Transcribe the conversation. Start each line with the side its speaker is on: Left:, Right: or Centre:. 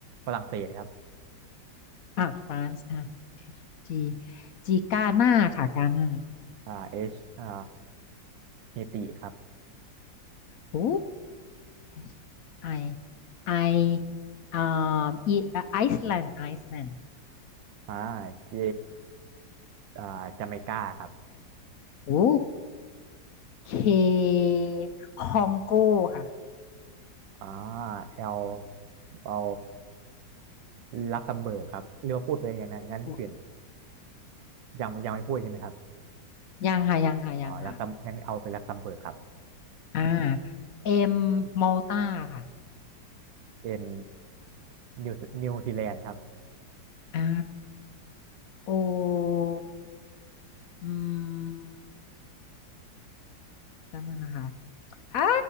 Right: ฝรั่งเศสครับ
Left: อ่ะฟรานซ์อ่ะ F G G กาหน้าค่ะกาหน้า
Right: อ่าเอชอ่าเฮติครับ
Left: โอ้ H I I อ่าอีไอซ์แลนด์ไอซ์แลนด์
Right: อ่าเจอ่าจาเมกาครับ
Left: โอ้ K คองโกค่ะ
Right: อ่าเอลเอาลักเซมเบิร์กครับเรียกว่าพูดไปอย่างนั้นงั้นเปลี่ยน
Left: โอ้
Right: ยังยังไม่พูดใช่ไหมครับ
Left: ยังค่ะยังค่ะยังค่ะ
Right: อ๋อลักเซมงั้นเอาเป็นลักเซมเบิร์กครับ
Left: อ่า M มอลตาค่ะ
Right: เอ็นนิวนิวซีแลนด์ครับ
Left: อ่า O อืมแป๊นงนะคะอ่า